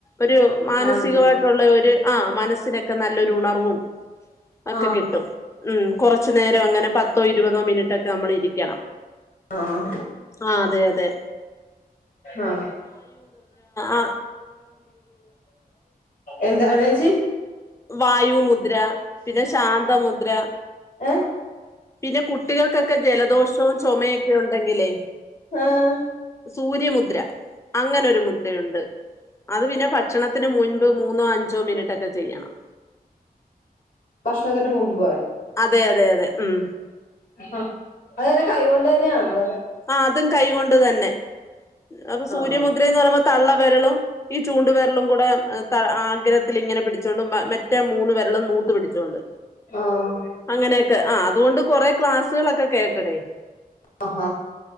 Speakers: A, on the left; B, on the left.
A: ഒരു മാനസികവായിട്ടൊള്ളയൊരു
B: ആണല്ലേ
A: ആ മനസ്സിനെക്കെ നല്ലൊരുണർവും ഒക്കെ
B: ആഹ്
A: കിട്ടും ഉം കൊറച്ചുനേരവങ്ങനെ പത്തോ ഇരുപതോ മിനിറ്റ് ട്ടോക്കെ അമ്മള് ഇരിക്കണം
B: ആഹ്
A: ആ അതെയതെ
B: ആ
A: ആഹ്
B: എന്താണേച്ചി
A: വായുമുദ്ര പിന്നെ ശാന്തമുദ്ര
B: എ
A: പിന്നെ കുട്ടികൾക്കെക്കെ ജലദോഷോം ചൊമേയൊക്കെ ഒണ്ടെങ്കിലേ
B: ആഹ്
A: സൂര്യമുദ്ര അങ്ങനൊരു മുദ്രയുണ്ട് അത് പിന്നെ ഭക്ഷണത്തിന് മുൻപ് മൂന്നോ അഞ്ചോ മിനിട്ടൊക്കെ ചെയ്യണം
B: ഭക്ഷണത്തിന് മുമ്പ്
A: അതെയതെയതെ ഉം
B: അ അതന്നെ കൈകൊണ്ട് തന്നെയാണൊത്
A: ആ അതും കൈകൊണ്ട് തന്നെ അപ്പൊ സൂര്യമുദ്രേന്ന്
B: ആഹ്
A: <unintelligible> തള്ള വെരളും ഈ ചൂണ്ട് വെരളുംകുടെ ആഗ്രത്തില്ങ്ങനെ പിടിച്ചോണ്ട് മറ്റെ മൂന്ന് വെര ളും നൂത്ത് പിടിച്ചോണ്ട്
B: ആഹ്
A: അങ്ങനെയെക്കെ അ അതുകൊണ്ട് കൊറെ ക്ലാസ്സുകളൊക്കെ കേട്ടടെ
B: അഹാ